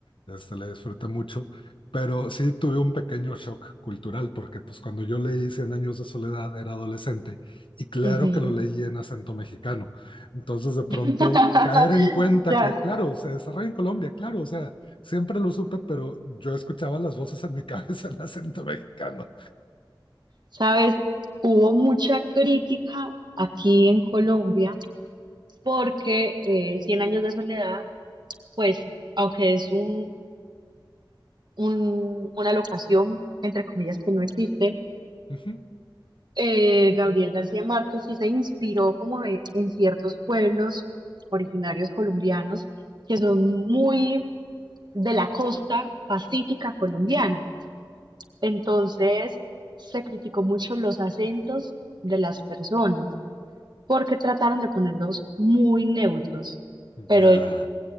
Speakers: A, on the left (about 85°); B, on the right (about 60°).
A: este, la disfruté mucho, pero sí tuve un pequeño shock cultural, porque pues cuando yo leí Cien años de soledad era adolescente y claro
B: ujú.
A: que lo leí en acento mexicano, entonces de pronto
B: <laughs>
A: caer en cuenta
B: Ya,
A: que, claro, se desarrolla en Colombia, claro, o sea, siempre lo supe, pero yo escuchaba las voces en mi <laughs> cabeza en acento mexicano.
B: sabes, hubo mucha crítica aquí en Colombia porque eh, Cien Años de Soledad, pues, aunque es un, un- una locación, entre comillas, que no existe,
A: Ujú.
B: eh, Gabriel García Márquez sí se inspiró como de- en ciertos pueblos originarios colombianos que son muy de la costa pacífica colombiana. Entonces se criticó mucho los acentos de las personas porque trataron de ponerlos muy neutros. Pero
A: Ya,